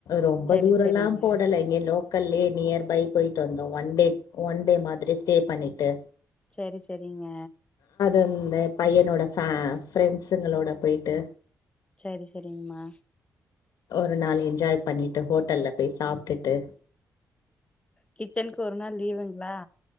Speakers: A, on the left; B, on the left.
A: ரொம்ப
B: சரி
A: தூரலா
B: சரிங்க
A: போடல இங்கலோ லோக்கல்லே நியர் பை போயிட்டு வந்தோம் ஒன் டே ஒன் டே மாதிரி ஸ்டே பண்ணிட்டு
B: ச்செரி ச்செரிங்க
A: இந்த பையனோட ஃப ஃப்ரெண்ட்சுங்களோட போயிட்டு
B: ச்சரி ச்சரிங்கம்மா
A: ஒரு நாள் என்ஜாய் பண்ணிட்டு ஹோட்டல்ல போய் சாப்புட்டுட்டு
B: கிச்சனுக்கு ஒரு நாள் லீவுங்களா